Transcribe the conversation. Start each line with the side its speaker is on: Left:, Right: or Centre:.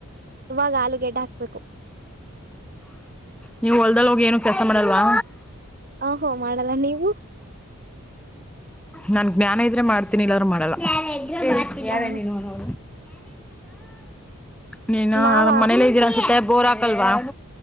Right: ಇವಾಗ ಆಲೂಗೆಡ್ಡ ಹಾಕ್ಬೇಕು
Centre: ನೀವು ಹೊಲ್ದಲ್ ಹೋಗಿ ಏನು ಕೆಲಸ ಮಾಡಲ್ವಾ
Right: ಹ ಹೋ ಮಾಡಲ್ಲ ನೀವು
Centre: ನಾ ಜ್ಞಾನ ಇದ್ರೆ ಮಾಡ್ತೀನಿ ಇಲ್ಲಾದ್ರರು ಮಾಡಲ್ಲ ಯಾರನು ಯಾರೇ
Right: ಹ
Centre: ನೀನು ನೀನ
Right: ನಾವ
Centre: ಮನೇಲಿ ಇದ್ದೀರಾ ಅನ್ಸುತ್ತೆ ಬೋರಾಗಲ್ವಾ